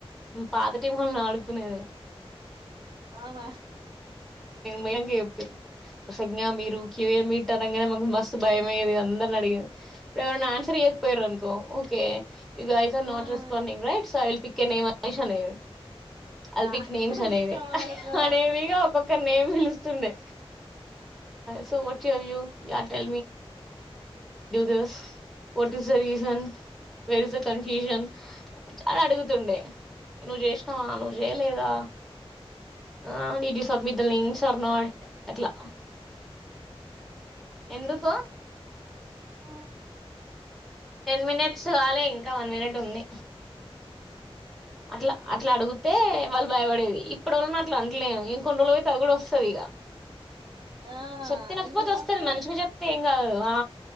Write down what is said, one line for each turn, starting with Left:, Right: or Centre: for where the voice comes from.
Centre: ఉమ్ పాత టీమ్ వాలని ఆడుకునేద
Right: ఆ మా
Centre: మంగయ వప్పురు ప్రసంగ మీరుూకియే మీ ఇంటర్ అనెగాన్ మాకు మస్త భయమేదు అంద అడిగ ఆన్సర్ ఏకు పోయను ఓకే ఇది ఐస్
Right: ఆ
Centre: నాట్ రెస్పాంంగ్ రైట్ సో ల్ పక్ కనే మషానే అల్పిిక్
Right: ఆ
Centre: నేమ్స్ అనేది
Right: ఉచ్చవాడకు
Centre: అనేదిగా ఒక్కొక్క నేమ్ పిలుస్తుండే సో వట్ హ ట దస్ వ is the reason where is the confusion చాలా అడుగుతుండే నువ్వు చేసినావా నువ్వు చేయలేదా ఆ నీ జ్యూసమిద్దల్నింగ్ సర్న అట్లా ఎందుకు
Right: ఆ
Centre: టెన్ మినిట్స్ వాాలి ఇంకా వన్ మినిట్ ఉంది అట్లా అట్లా అడిగితే వాళ్ళు భయపడేది ఇప్పటి వళ్ళన అట్లా అంటలేను ఇంకొన్ని రోళు పోయి తది కూడా వస్తుది ఇక
Right: ఆ
Centre: చెప్తేనకపోతే
Right: ఎందుకంటే
Centre: వస్తుంది మంచిగా చెప్తే ఎమ్ కధు ఆ